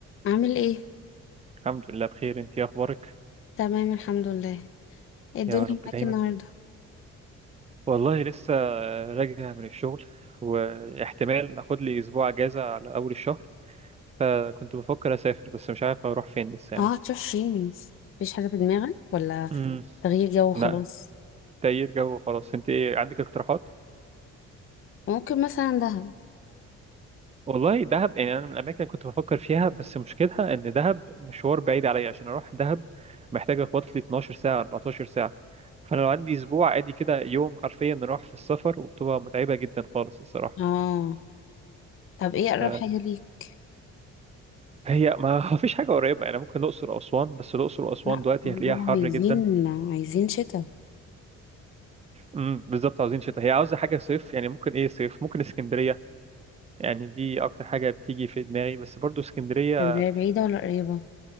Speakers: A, on the left; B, on the right.
A: عامل ايه
B: الحمد لله بخير انت ايه اخبارك
A: تمام الحمد لله ايه الدنيا
B: يا رب دايما
A: معاك النهارده
B: والله لسه راجع من الشغل واحتمال اخد لي اسبوع اجازة على اول الشهر فكنت بفكر اسافر بس مش عارف اروح فين لسه يعني
A: اه هتروح فين مفيش حاجه في دماغك ولا
B: امم
A: تغيير جو وخلاص
B: لا تغيير جو وخلاص انت ايه عندك اقتراحات
A: ممكن مثلا دهب
B: والله دهب يعني انا من الاماكن اللي كنت بفكر فيها بس مشكلتها ان دهب مشوار بعيد عليا عشان اروح دهب محتاج اخبط لي 12 ساعة 14 ساعة فانا لو عندي اسبوع عادي كده يوم حرفيا نروح في السفر وبتبقى متعبة جدا خالص الصراحة
A: اه طب ايه اقرب
B: ف
A: حاجه ليك
B: هي ما <laughs> فيش حاجة قريبة يعني ممكن الأقصر وأسوان بس الأقصر وأسوان
A: لا
B: دلوقتي
A: دول
B: هتلاقيها حر
A: عايزين
B: جدا
A: عايزين شتاء
B: امم بالظبط عاوزين شتاء هي عاوزة حاجة صيف يعني ممكن إيه صيف ممكن اسكندرية يعني دي أكتر حاجة بتيجي في دماغي بس برضو اسكندرية
A: اسكندريه بعيده ولا قريبه